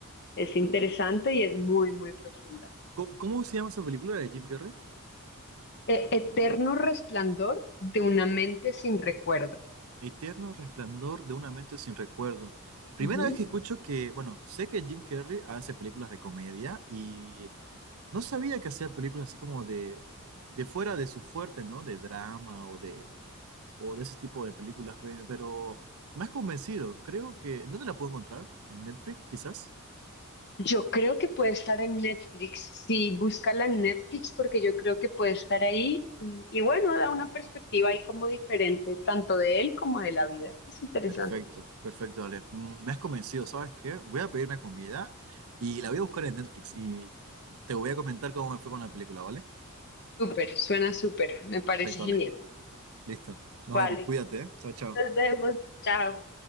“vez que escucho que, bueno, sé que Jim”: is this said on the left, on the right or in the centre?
Right